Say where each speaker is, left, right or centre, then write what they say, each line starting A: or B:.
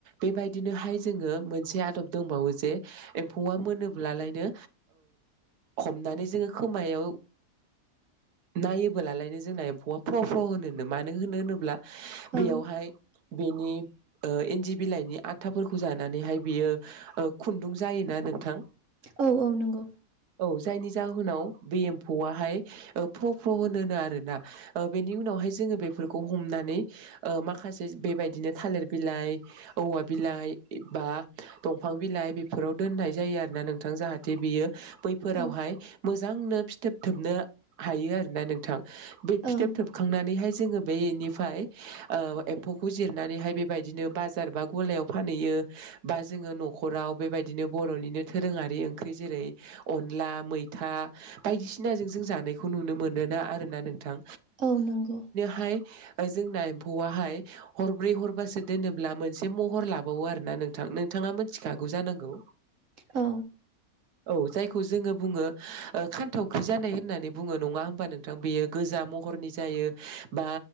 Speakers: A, on the right (about 85°); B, on the right (about 60°).
A: बेबाय बिदिनोहाय जोङो मोनसे आदब दंबावो जे एम्फौआ मोनोब्लालायनो हमनानै जोङो खोमायाव नायोबो लालायनो जोंना एम्फौ फ्र' फ' होनो मानो होनो होनोब्ला बेयावहाय
B: औ
A: बेनि ओ इन्दि बिलाइनि आथाफोरखौ जानानैहाय बियो खुन्दुं जायोना नोंथां
B: औ औ नंगौ।
A: औ जायनि जाहोनाव बे एम्फौवाहाय फ्र फ्र होनोनो आरोना बेनि उनावहाय जोङो बेफोरखौ हमनानै ओ माखासे बेबायदिनो थालिर बिलाइ औवा बिलाइ बा दंफां बिलाइ बेफोराव दोननाय जायो आरो ना नोंथां जाहाथे बियो बैफोरावहाय
B: औ
A: मोजांनो फिथोबथोबनो हायो आरोना नोंथां बे फिथोब
B: औ
A: थोबखांनानैहाय जोङो बेनिफ्राय एम्फौखौ जिरनानैहाय बेबायदिनो बाजार बा गलायाव फानहैयो। बा जोङो न'खराव बेबायदिनो बर'निनो दोरोङारि ओंख्रि जेरै अनला मैथा बायदिसिनाजों जों जानायखौ नुनो मोनोना आरोना नोंथां।
B: औ नंगौ
A: हाय जोंना एम्फौआहाय हरब्रै हरबासो दोनोब्ला मोनसे महर लाबावो आरो ना। नोंथां नोंथाङा मिथिखागौ जानांगौ।
B: औ
A: औ जायखौ जोङो बुङो ओ खान्थावख्रि जानाय होननानै बुङो नङा होमबा नोंथां बेयो गोजा म महरनि जायो बा